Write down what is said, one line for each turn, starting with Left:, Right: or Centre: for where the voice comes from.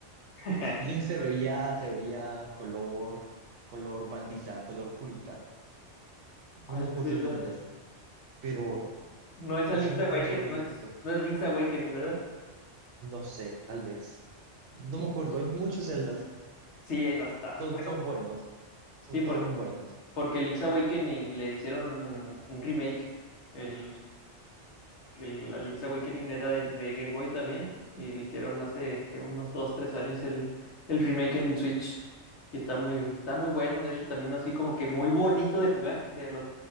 Left: <laughs>
Right: Link se veía, se veía color, color bandita, color curita. No
Left: ¿Cuál
Right: me acuerdo
Left: será?
Right: el nombre, pero
Left: No es
Right: es
Left: a Link's
Right: uno
Left: Awakening,
Right: ya viejito.
Left: no es, no es Link's Awakening, ¿verdad?
Right: No sé, tal vez. No me acuerdo. Hay muchos Zeldas.
Left: Sí, hay bastante.
Right: Son,
Left: Bueno,
Right: son buenos. Son
Left: sí, por-
Right: todos buenos.
Left: porque Link's Awakening le hicieron un remake. El que la Link's Awakening era de, de Game Boy también y le hicieron hace que unos 2 3 años el, el remake en Switch y está muy, está
Right: Oh.
Left: muy bueno, de hecho también así como que muy bonito de jugar, o sea, los,